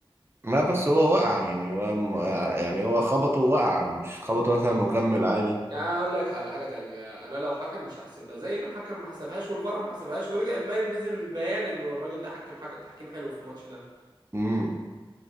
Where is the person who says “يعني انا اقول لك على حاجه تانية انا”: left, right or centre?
Right